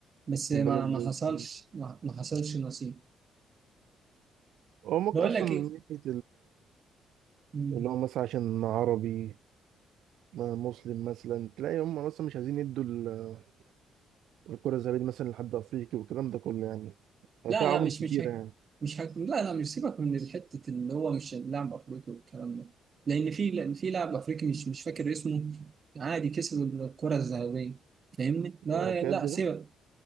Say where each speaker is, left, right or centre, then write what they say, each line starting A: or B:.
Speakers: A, on the right; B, on the right.
A: بس ما
B: البالون
A: ما
B: دور
A: حصلش
B: مم.
A: ما, ما حصلش نصيب
B: هو ممكن
A: بقول
B: اصلا
A: لك
B: من
A: ايه
B: ناحيه
A: مم.
B: اللي هو مثلا عشان عربي ما- مسلم مثلا تلاقي هم مثلا مش عايزين يدوا ال- الكرة الذهبية دي مثلا لحد أفريقي والكلام ده كله يعني يعني
A: لا
B: في عوامل
A: لا مش
B: كتيرة
A: مش هيك
B: يعني
A: مش هيك لا لا مش سيبك من حته اللي هو مش لاعب افريقي والكلام ده لان في لان في لاعب افريقي مش مش فاكر اسمه عادي كسب الكره الذهبيه فاهمني لا
B: بجد
A: لا سيبك
B: ده